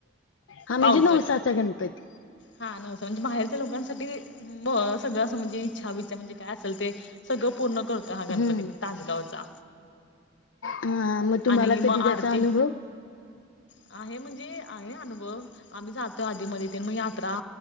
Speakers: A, on the left; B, on the left.
A: हा म्हणजे
B: पाहतोय.
A: नवसाचा गणपती
B: हा नवस म्हणजे बाहेरच्या लोकांसाठी सगळं असं म्हणजे इच्छा बछ म्हणजे काय असेल ते सगळं. पूर्ण करतो हा गणपती
A: हम्म
B: म्हणजे तासगावचा
A: हा मग तुम्हाला
B: आणि मग
A: कधी
B: आरती
A: त्याचा अनुभव
B: आहे म्हणजे ते आहे अनुभव आम्ही जातोय आधी म ते मग यात्रा